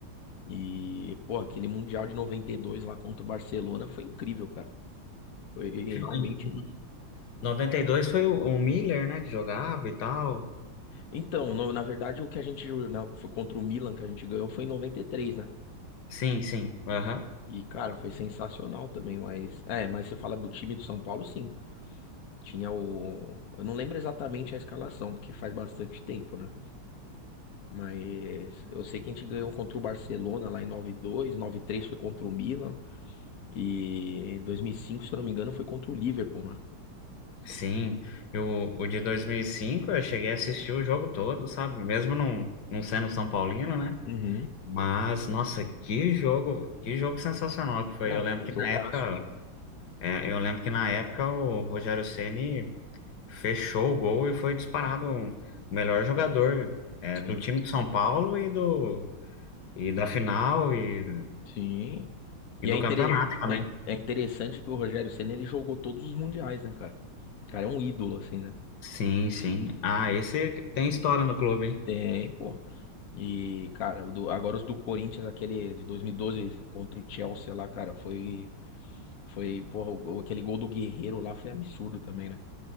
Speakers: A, on the left; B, on the left.
A: E, pô, aquele Mundial de 92 lá contra o Barcelona foi incrível, cara. Foi
B: Em
A: realmente
B: 92 foi o o Miller, né, que jogava e tal.
A: Então, no- na verdade, o que a gente na- foi contra o Milan que a gente ganhou foi em noventa e três né?
B: Sim, sim. Aham.
A: E, cara, foi sensacional também, mas. É, mas você fala do time do São Paulo, sim. Tinha o. Eu não lembro exatamente a escalação, porque faz bastante tempo, né? Mas eu sei que a gente ganhou contra o Barcelona lá em 9-2, 9 três foi contra o Milan. E em dois mil e cinco se eu não me engano, foi contra o Liverpool, né?
B: Sim. Eu, o de 2005 eu cheguei a assistir o jogo todo, sabe? Mesmo não, não sendo São Paulino, né?
A: Uhum.
B: Mas, nossa, que jogo, que jogo sensacional que foi.
A: Não,
B: Eu lembro
A: foi
B: que
A: um jogaço.
B: na época,
A: pô.
B: é, eu lembro que na época o Rogério Ceni fechou o gol e foi disparado um, o melhor jogador, é,
A: Sim.
B: do time de São Paulo e do e da final e,
A: Sim. E
B: e do
A: é, intere-
B: campeonato também.
A: é in- é interessante que o Rogério Ceni ele jogou todos os mundiais, né, cara? O cara é um ídolo, assim, né?
B: Sim, sim. Ah, esse tem história no clube, hein?
A: Tem, pô. E, cara, o do- agora os do Corinthians, aquele de 2012 contra o Chelsea lá, cara, foi. Foi, porra, o- aquele gol do Guerreiro lá foi absurdo também, né?